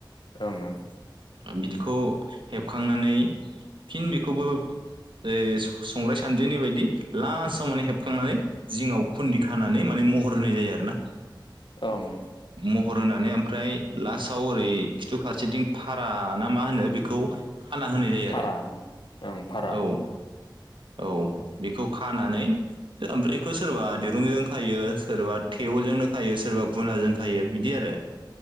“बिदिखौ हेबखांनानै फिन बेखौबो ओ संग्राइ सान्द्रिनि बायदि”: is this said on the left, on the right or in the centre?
Right